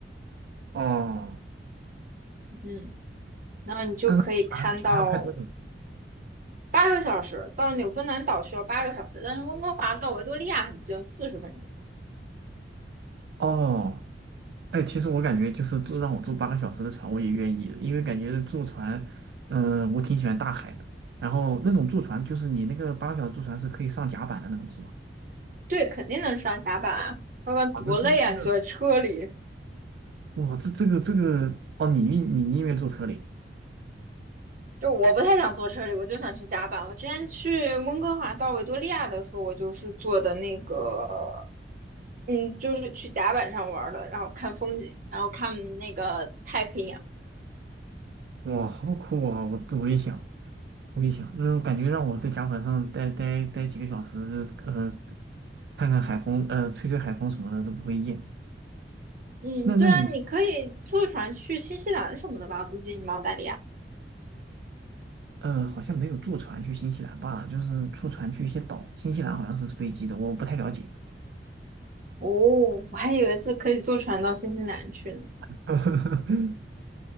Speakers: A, on the right; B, on the right.
A: 哦，
B: 嗯，然后你就可以看到
A: 嗯，船船要开多久？
B: 八个小时，到纽芬兰岛需要八个小时，但是温哥华到维多利亚很近，四十分钟，
A: 哦，哎，其实我感觉就是坐让我坐八个小时的船，我也愿意的因为感觉坐船，嗯、我挺喜欢大海的。然后那种坐船，就是你那个八个小时坐船是可以上甲板的那种，是吧？
B: 对，肯定能上甲板啊，要不然多累啊，
A: 啊，那这这个
B: 你坐在车里。
A: 哇，这这个这个哦，你你宁愿坐车里，
B: 就我不太想坐车里，我就想去甲板。我之前去温哥华到维多利亚的时候，我就是坐的那个，嗯，就是去甲板上玩儿的，然后看风景，然后看那个太平洋。
A: 哇，好酷啊！我我也想，我也想，嗯，感觉让我在甲板上待待待几个小时，呃，看看海风，呃，吹吹海风什么的都不会厌。
B: 嗯，
A: 那那你
B: 对啊，你可以坐船去新西兰什么的吧？估计你们澳大利亚。
A: 呃，好像没有坐船去新西兰吧？就是坐船去一些岛，新西兰好像是飞机的，我不太了解。
B: 哦，我还以为是可以坐船到新西兰去呢。
A: <laughs>